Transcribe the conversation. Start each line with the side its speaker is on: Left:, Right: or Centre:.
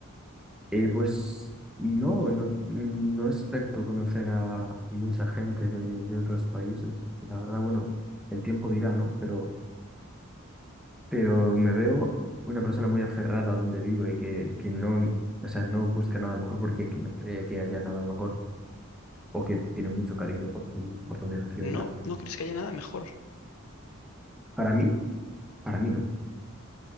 Centre: Eh, pues no, no, no expecto conocer a mucha gente de, de otros países. La verdad, bueno, el tiempo dirá, ¿no? Pero, pero me veo una persona muy aferrada a donde vivo y que, que no, o sea, no busca nada mejor porque no cree que haya nada mejor o que tiene mucho cariño por su, por donde nació y tal.
Left: No, no crees que haya nada mejor.
Centre: Para mí, para mí no.